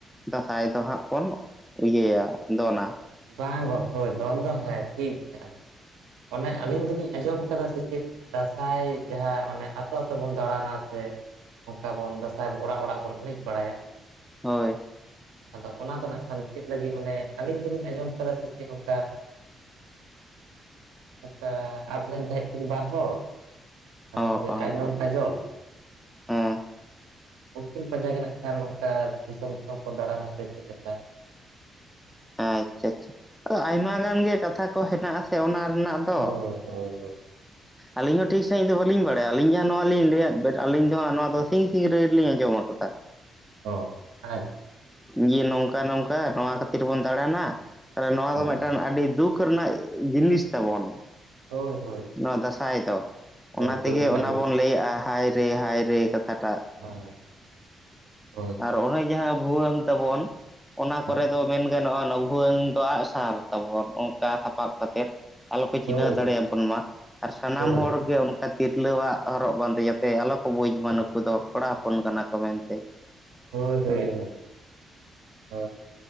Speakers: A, in the centre; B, on the right.
A: ᱫᱟᱸᱥᱟᱭ ᱫᱚ ᱦᱟᱸᱜ ᱵᱚᱱ ᱤᱭᱟᱹᱭᱟ ᱫᱚᱱᱟ᱾
B: ᱵᱟᱝ ᱜᱚᱱ ᱦᱳᱭ ᱫᱚᱱ ᱫᱚ ᱦᱮᱸ ᱴᱷᱤᱠ ᱜᱮᱭᱟ ᱟᱫᱚ ᱚᱱᱮ ᱟᱹᱞᱤᱧ ᱫᱚ ᱞᱤᱧ ᱟᱸᱡᱚᱢ ᱠᱟᱫᱟ ᱥᱮ ᱪᱮᱫ ᱫᱟᱸᱥᱟᱭ ᱡᱟᱦᱟᱸ ᱚᱱᱮ ᱟᱛᱳ ᱟᱛᱳ ᱵᱚᱱ ᱫᱟᱬᱟᱱᱟ ᱥᱮ ᱚᱝᱠᱟ ᱵᱚᱱ ᱫᱟᱸᱥᱟᱭ ᱚᱲᱟᱜ ᱚᱲᱟᱜ ᱵᱚᱱ ᱮᱱᱮᱡ ᱵᱟᱲᱟᱭᱟ ᱾
A: ᱦᱳᱭ ᱾
B: ᱟᱫᱚ ᱚᱱᱟ ᱫᱚ ᱱᱟᱜᱠᱷᱟᱱ ᱪᱮᱫ ᱞᱟᱹᱜᱤᱫ ᱚᱱᱮ ᱟᱹᱞᱤᱧ ᱫᱚ ᱞᱤᱧ ᱟᱡᱚᱢ ᱠᱟᱫᱟ ᱥᱮ ᱪᱮᱫ ᱚᱱᱠᱟ ᱚᱝᱠᱟ ᱟᱫ ᱞᱮᱱ ᱛᱟᱦᱮᱫ ᱞᱮᱱ ᱠᱤᱱ ᱵᱟᱨ ᱦᱚᱲ ᱟᱫᱚ
A: ᱚ
B: ᱥᱮ
A: ᱟᱪᱪᱷᱟ
B: ᱟᱭᱱᱚᱢ ᱠᱟᱡᱚᱞ
A: ᱦᱮᱸ
B: ᱩᱝᱠᱤᱱ ᱯᱟᱸᱡᱟ ᱜᱮ ᱱᱟᱜ ᱠᱷᱟᱱ ᱱᱚᱝᱠᱟ ᱫᱤᱥᱚᱢ ᱫᱤᱥᱚᱢ ᱵᱚᱱ ᱫᱟᱬᱟᱱᱟ ᱥᱮ ᱪᱮᱫ ᱞᱮᱠᱟ?
A: ᱟᱪᱷᱟ ᱟᱪᱷᱟ ᱟᱫᱚ ᱟᱭᱢᱟ ᱜᱟᱱ ᱜᱮ ᱠᱟᱛᱷᱟ ᱠᱚ ᱦᱮᱱᱟᱜ ᱟᱥᱮ ᱚᱱᱟ ᱨᱮᱱᱟᱜ ᱫᱚ
B: ᱦᱳᱭ
A: ᱾
B: ᱦᱳᱭ ᱦᱳᱭ
A: ᱟᱹᱞᱤᱧ ᱦᱚᱸ ᱴᱷᱤᱠ ᱥᱟᱦᱤᱡ ᱫᱚ ᱵᱟᱞᱤᱧ ᱵᱟᱲᱟᱭᱟ ᱟᱹᱞᱤᱧ ᱡᱟᱦᱟᱸ ᱱᱚᱣᱟ ᱞᱤᱧ ᱞᱟᱹᱭᱟᱜ ᱵᱮᱱ ᱟᱞᱤᱧ ᱫᱚ ᱱᱚᱣᱟ ᱫᱚ
B: ᱟᱪᱪᱷᱟ
A: ᱥᱤᱧ
B: ᱟᱪᱪᱷᱟ
A: ᱥᱤᱝᱨᱟᱹᱭ ᱨᱮ ᱞᱤᱧ ᱟᱸᱡᱚᱢ ᱟᱠᱟᱫᱟ ᱾
B: ᱚ ᱟᱪᱷᱟ᱾
A: ᱡᱮ ᱱᱚᱝᱠᱟ ᱱᱚᱝᱠᱟ ᱱᱚᱣᱟ ᱠᱷᱟᱹᱛᱤᱨ ᱵᱚᱱ ᱫᱟᱬᱟᱱᱟ ᱾ ᱟᱫᱚ ᱱᱚᱣᱟ ᱫᱚ
B: ᱚ
A: ᱢᱤᱫᱴᱟᱱ ᱟᱹᱰᱤ ᱫᱩᱠ ᱨᱮᱱᱟᱜ ᱡᱤᱱᱤᱥ ᱛᱟᱵᱚᱱ᱾
B: ᱦᱳᱭ ᱦᱳᱭ
A: ᱱᱚᱣᱟ ᱫᱟᱥᱟᱭ ᱫᱚ
B: ᱦᱳᱭ
A: ᱚᱱᱟ ᱛᱮᱜᱮ
B: ᱫᱩᱠ ᱨᱮᱱᱟᱜ
A: ᱚᱱᱟ
B: ᱡᱤᱱᱤᱥ
A: ᱵᱚᱱ
B: ᱠᱟᱱ
A: ᱞᱟᱹᱭᱮᱜᱼᱟ
B: ᱜᱮᱭᱟ
A: ᱦᱟᱭ ᱦᱟᱭ ᱨᱮ ᱦᱟᱭ ᱨᱮ ᱠᱟᱛᱷᱟ ᱴᱟᱜ ᱾
B: <inaudible>
A: ᱟᱨ ᱚᱱᱮ ᱡᱟᱦᱟᱸ ᱵᱷᱩᱣᱟᱹᱝ ᱛᱟᱵᱚᱱ ᱚᱱᱟ
B: ᱦᱳᱭ
A: ᱠᱚᱨᱮ ᱫᱚ ᱢᱮᱱ ᱜᱟᱱᱚᱜᱼᱟ ᱚᱱᱟ ᱵᱷᱩᱣᱟᱹᱝ ᱫᱚ ᱟᱜ ᱥᱟᱨ ᱛᱟᱵᱚᱱ ᱚᱝᱠᱟ ᱥᱟᱯᱟᱵ ᱠᱟᱛᱮ ᱮᱫ ᱟᱞᱚ ᱠᱚ
B: ᱦᱳᱭ
A: ᱪᱤᱱᱦᱟᱹᱣ
B: ᱦᱳᱭ
A: ᱫᱟᱲᱮᱭᱟ ᱵᱚᱱ ᱢᱟ ᱟᱨ ᱥᱟᱱᱟᱢ
B: ᱦᱳᱭ
A: ᱦᱚᱲᱜᱮ ᱚᱱᱠᱟ ᱛᱤᱨᱞᱟᱹᱣᱟᱜ ᱦᱚᱨᱚᱜ ᱵᱟᱸᱫᱮ ᱟᱛᱮ ᱟᱞᱚ ᱠᱚ ᱵᱩᱡᱽ ᱢᱟ ᱱᱩᱠᱩ ᱫᱚ ᱠᱚᱲᱟ ᱦᱚᱯᱚᱱ ᱠᱟᱱᱟ ᱠᱚ ᱢᱮᱱᱛᱮ ᱾
B: ᱦᱳᱭ ᱦᱳᱭ ᱦᱳᱭ ᱦᱳ